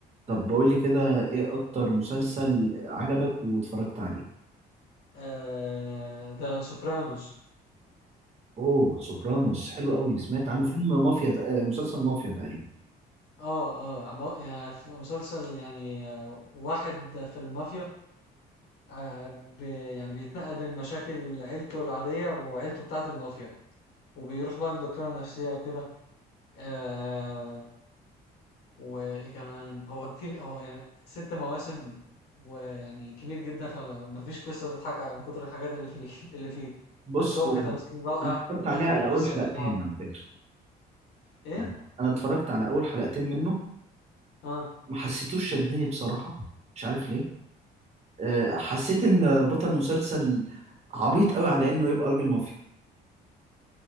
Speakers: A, on the right (about 40°); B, on the left (about 85°).
A: طب بقول لي كده إيه أكتر مسلسل عجبك واتفرجت عليه؟
B: آه... ذا سوبرانوس
A: أوه سوبرانوس حلو قوي سمعت عنه فيلم مافيا تق- آه، مسلسل مافيا تقريبا
B: اه اه أما- يعني في مسلسل يعني آه، واحد في المافيا آه، بي- يعني بيتنقل بين مشاكل عيلته العادية وعيلته بتاعة المافيا وبيروح بقى للدكتورة النفسية وكده آه وإيه كمان هو كتير هو يعني ست مواسم ويعني كبير جدا فمفيش قصة تضحك على- من كتر الحاجات اللي فيه <laughs> اللي فيه
A: بص
B: بس هو
A: هو
B: كتمثيل رائع
A: أنا اتفرجت
B: وكقصة
A: عليه على أول حلقتين
B: رائعة
A: على فكرة
B: إيه؟
A: يعني أنا اتفرجت على أول حلقتين منه
B: اه
A: ما حسيتوش شدني بصراحة مش عارف ليه آه، حسيت ان بطل المسلسل عبيط قوي على انه يبقى راجل مافيا